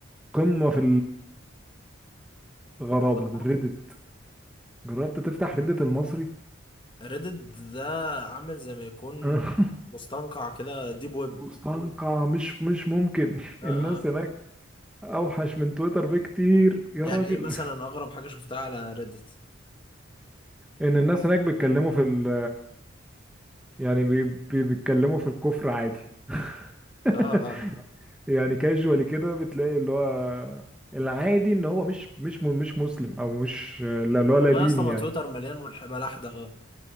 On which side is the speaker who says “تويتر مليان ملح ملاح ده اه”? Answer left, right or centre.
Left